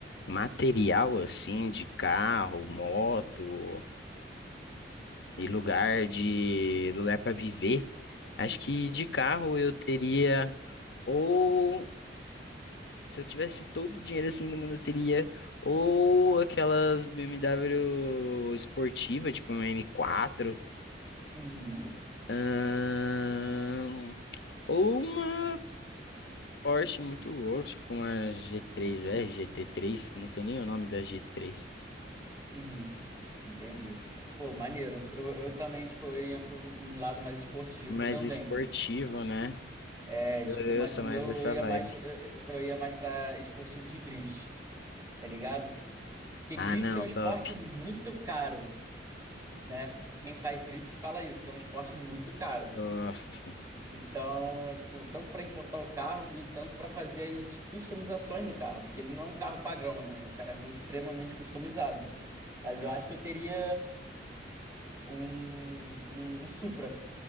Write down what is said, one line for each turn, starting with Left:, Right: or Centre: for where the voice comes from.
Left: material assim, de carro, moto e lugar de lugar para viver, acho que de carro eu teria ou se eu tivesse todo o dinheiro assim do mundo eu teria ou aquelas BMW esportiva, tipo uma m quatro
Right: Uhum,
Left: ahn, ou uma Porsche muito louco, tipo uma G3R, GT3, não sei nem o nome da G3.
Right: uhum. Entendi. Pô, maneiro. Eu, eu também, tipo, eu ia para um um lado mais esportivo
Left: Mais
Right: também.
Left: esportivo, né?
Right: É,
Left: Eu,
Right: tipo,
Left: eu
Right: mas
Left: sou
Right: o meu
Left: mais
Right: eu
Left: dessa
Right: ia
Left: vibe.
Right: mais, eu, eu- ia mais pra esportivos de drift, tá ligado? Porque drift
Left: Ah, não,
Right: é um esporte
Left: top.
Right: muito caro, né? Quem faz drift fala isso, que é um esporte muito caro.
Left: Nossa, sim.
Right: Então, tipo, tanto para importar o carro e tanto para fazer as customizações no carro, porque ele não é um carro padrão, né? É um carro extremamente customizado. Mas eu acho que eu teria um, um, um Supra,